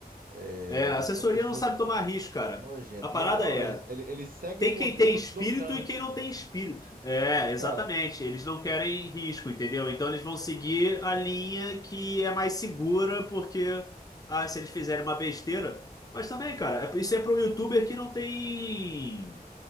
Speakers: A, on the right; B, on the left.
A: É,
B: É, a
A: eles
B: assessoria
A: são pessoas
B: não sabe tomar risco, cara.
A: nojentas.
B: A parada
A: Não,
B: é,
A: eles, ele- eles seguem
B: tem
A: um modelo
B: quem tem espírito
A: dominante.
B: e quem não tem espírito. É,
A: É, cara,
B: exatamente. Eles não querem risco, entendeu? Então eles vão seguir a linha que é mais segura, porque ah, se eles fizerem uma besteira. Mas também, cara, é- isso é para um youtuber que não tem